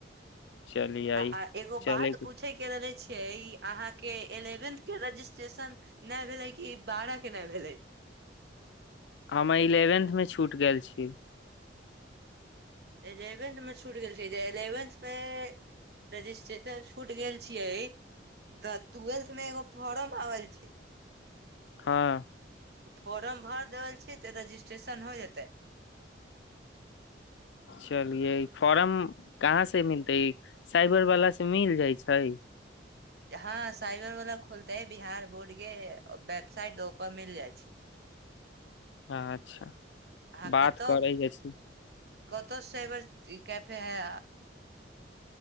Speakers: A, on the left (about 70°); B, on the right (about 55°).
A: चलियै
B: आ एगो
A: चले
B: बात पूछैके रहले छियै ई अहाँके एलेवेन्थ के रजिस्ट्रेशन नय भेललै कि बारा के नय भेलै
A: हम इलेवेंथ में छूट गेल छी
B: एलेवेन्थ मे छूट गेल छै जे एलेवेन्थ मे रजिस्ट्रेशन छूट गेल छियै तऽ टूव्वेल्थ मे एगो फोर्म आवल छै
A: हँ
B: फोर्म भर देवल छी तऽ रजिस्ट्रेशन हो जेतै
A: चलिये फॉर्म कहाँ से मिलते साइबर वाला से मिल जाय छै
B: हँ साइबर वाला खोलते बिहार बोर्ड के वेबसाइट औपर मिल जाइ छै
A: अच्छा
B: <inaudible> आ
A: बात
B: कतक
A: करै जाइ छी
B: कतक साईवर जी कैफे हेय